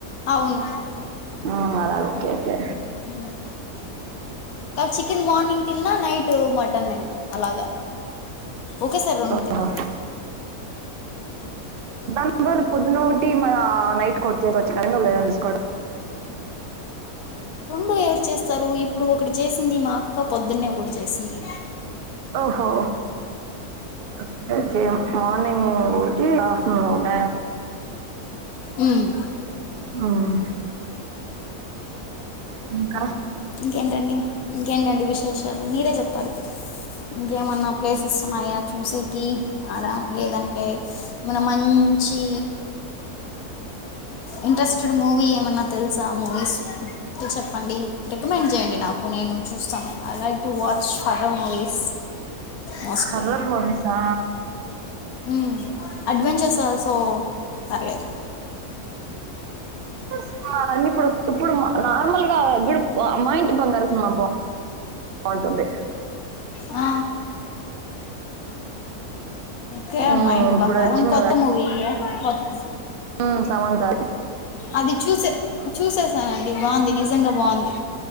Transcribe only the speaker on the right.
ఆ కదా ఓకే ఓకే
ఓహో.
దానివల్ల పొద్దునోటి మన నైట్ కొట్ చేస్కోచ్చ్ కరెంట్ గా కూడా చేస్కోచ్
ఓహో ఓ చ్చే మార్నింగ్ ఊటి ఆఫ్టర్నూన్ ఊట
ఉమ్ ఇంకా
horror మూవీసా
స్నా ఇప్పుడు ఇప్పుడు నార్మల్ గా ఇడు మా ఇంటి బంగారు సినిమా బా బాగుంటుంది
మ్మ్,
ఇప్పుడు
వచ్చిన
ఆ సమంత